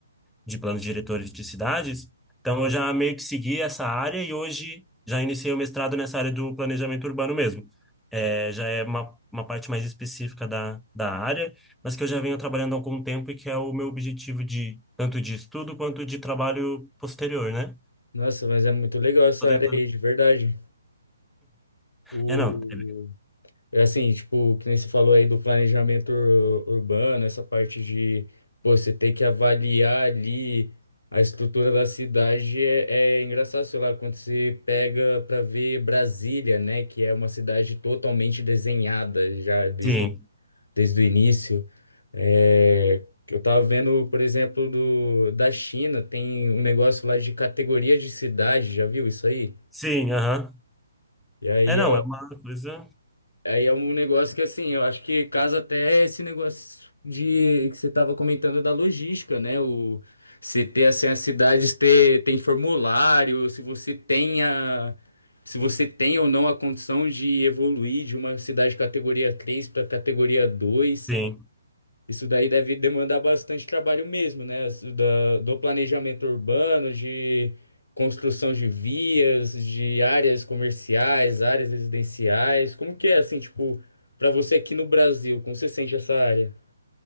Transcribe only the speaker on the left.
Nossa, mas é muito legal essa
área aí, de verdade. O...
É Assim, tipo, que nem você falou aí do planejamento ur- urbano, essa parte de, pô, você tem que avaliar ali a estrutura da cidade, é, é engraçado, sei lá, quando você pega pra ver Brasília, né, que é uma cidade totalmente desenhada já desde
o, desde o início. É, que eu tava vendo, por exemplo, do, da China, tem um negócio lá de categoria de cidade, já viu isso aí?
E aí
é
Aí é um negócio que, assim, eu acho que casa até esse negócio de que você estava comentando da logística, né? O, se ter, assim, as cidades ter, tem formulário, se você tem a, se você tem ou não a condição de evoluir de uma cidade categoria 3 para categoria dois
isso daí deve demandar bastante trabalho mesmo, né? As- da- do planejamento urbano, de construção de vias, de áreas comerciais, áreas residenciais. Como que é assim, tipo, para você aqui no Brasil, como você sente essa área?